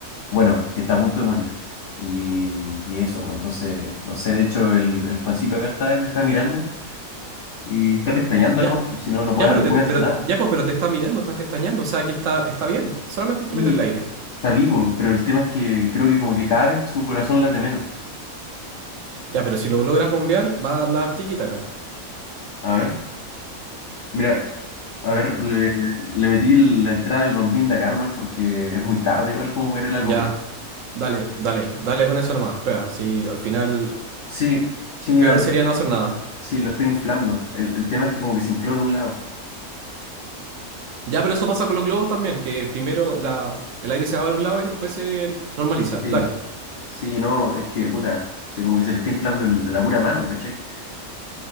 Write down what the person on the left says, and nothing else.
bueno, que está a punto de morir. Y, y eso, pues, entonces, no sé, de hecho el, el Juancito acá está y me está mirando y está pestañeando
nomás, pues, si no, no
puede,
no
puede
hacer nada.
Sí,
está vivo, pero el tema es que creo que como que cada vez su corazón late menos.
A ver, mira, a ver, le, le metí la entrada del bambín de acá nomás porque es muy tarde igual como para ir a la
copia.
Sí, sí, mira,
lo,
sí, lo estoy inflando. El, el tema es que como que se infló de un lado.
Sí,
sí, no, es que, puta, sí, como que se le está inflando el- la pura mano, ¿cachai?